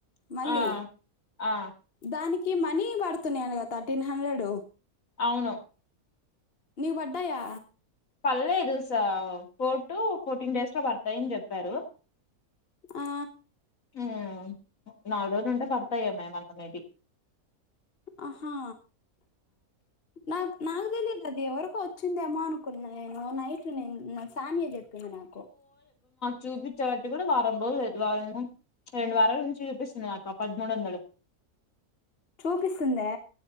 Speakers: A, on the left (about 45°); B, on the left (about 65°).
A: మళ్ళీ
B: ఆ ఆ
A: దానిక్ మనీ బడుతు న అనుగా తథర్టీన్ హండ్రెడ్
B: అవును
A: నవ అడ్డాయా
B: పర్లేదు స ఫోర్ టు ఫోర్టీన్ డేస్ లో పడతాయని చెప్పారు
A: ఆ
B: ఆ నాలుగు రోజు ఉంటే పడతాయ మేమ్ అంత మేబి
A: ఆహా నా నాకు తెలీయదు అది ఎవరికో వచ్చిందేమో అనుకున్నా నేను నైట్ నేను సానియా చెప్ నాకు
B: చూపించబట్టి కూడా వారం రోజులు వారంము రెండు వారాలు నుంచి చూపిస్తుంది నాక పదమూడు వందలు
A: చూపిస్తుందా